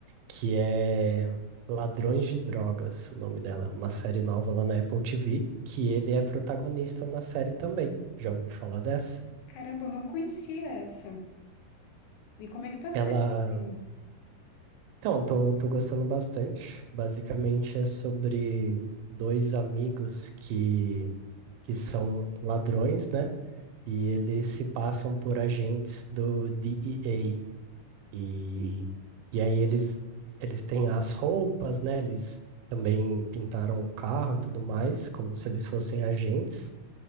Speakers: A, on the right; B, on the left.
A: que é Ladrões de Drogas, o nome dela, uma série nova lá na Apple TV, que ele é protagonista na série também. Já ouviu falar dessa?
B: Caramba, eu não conhecia essa. E como é que tá sendo
A: Ela.
B: assim?
A: Então, tô, tô gostando bastante. Basicamente é sobre dois amigos que, que são ladrões, né? E eles se passam por agentes do DEA, E, e aí eles, eles têm as roupas, né? Eles também pintaram o carro e tudo mais, como se eles fossem agentes.